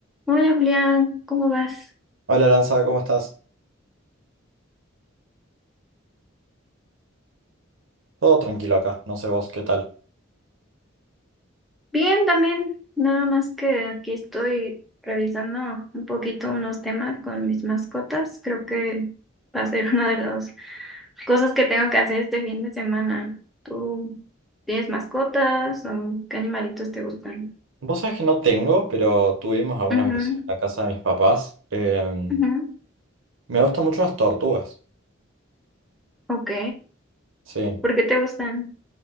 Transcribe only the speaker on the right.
Hola Lanza, ¿cómo estás? Todo tranquilo acá, no sé vos, ¿qué tal?
Vos sabés que no tengo, pero tuvimos algunas
veces en la casa de mis papás. em,
me gustan mucho las tortugas,
sí.